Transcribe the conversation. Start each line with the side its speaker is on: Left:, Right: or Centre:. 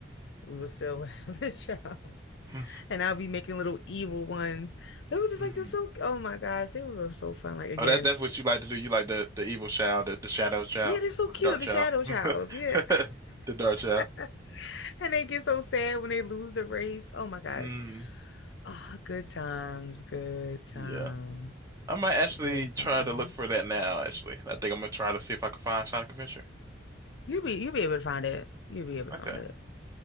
Left: We will still <laughs> have the child,
Right: <laughs>
Left: and I'll be making little evil ones. They were just
Right: Mm.
Left: like they're so. Oh my gosh, they were so fun. Like again,
Right: Oh, that that's what you like to do. You like the the evil child, the, the shadow child,
Left: yeah, they're so
Right: or
Left: cute.
Right: the dark
Left: The
Right: child,
Left: shadow
Right: <laughs>
Left: childs,
Right: the
Left: yeah.
Right: dark child.
Left: <laughs> And they get so sad when they lose the race. Oh my gosh.
Right: Mm,
Left: Ah, oh, good times, good times,
Right: yeah, I might actually
Left: good times.
Right: try to look for that now. Actually, I think I'm gonna try to see if I can find Sonic Adventure.
Left: You'll be you'll be able to find it. You'll be able to
Right: Okay,
Left: find it.